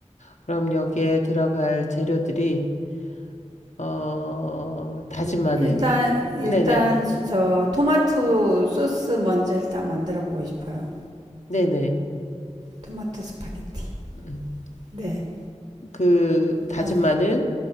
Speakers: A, on the left; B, on the right.
A: 그럼 여기에 들어갈 재료들이, 어, 다진 마늘.
B: 일단,
A: 네네.
B: 일단
A: 음,
B: 저 토마토 소스 먼저 일단 만들어 보고 싶어요.
A: 네네.
B: 토마토 스파게티.
A: 음,
B: 네.
A: 그 다진
B: 다,
A: 마늘,